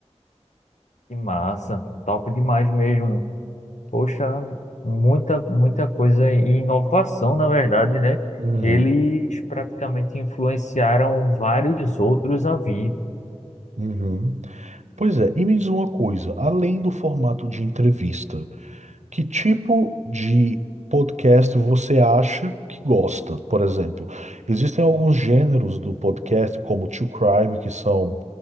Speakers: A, on the left (about 85°); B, on the right (about 75°).
A: Que massa, top demais mesmo. Poxa, muita, muita coisa e inovação, na verdade, né?
B: Uhum,
A: Eles praticamente influenciaram vários outros a vir.
B: uhum. Pois é, e me diz uma coisa, além do formato de entrevista, Que tipo de podcast você acha que gosta, por exemplo? Existem alguns gêneros do podcast, como True Crime, que são